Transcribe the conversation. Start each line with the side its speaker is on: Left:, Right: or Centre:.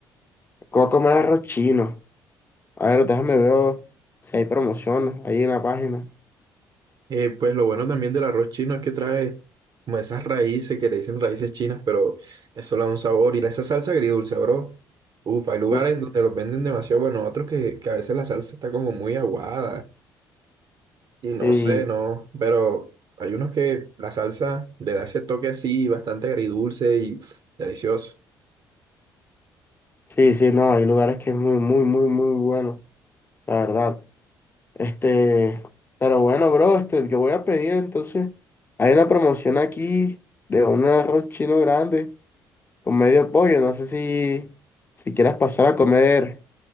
Left: voy a comer arroz chino. A ver, déjame ver si hay promociones ahí en la página.
Right: Eh, pues lo bueno también del arroz chino es que trae como esas raíces que le dicen raíces chinas, pero eso le da un sabor. Y la- esa salsa agridulce, bro. Uf, hay lugares
Left: Uf,
Right: donde los venden demasiado bueno, otros que, que a veces la salsa está como muy aguada. Y no
Left: sí,
Right: sé, no. Pero hay unos que la salsa le da ese toque así, bastante agridulce y pff, delicioso.
Left: sí, sí, no, hay lugares que es muy, muy, muy, muy bueno, la verdad. Este, pero bueno, bro, este, yo voy a pedir entonces. Hay una promoción aquí de un arroz chino grande con medio pollo. No sé si, si quieras pasar a comer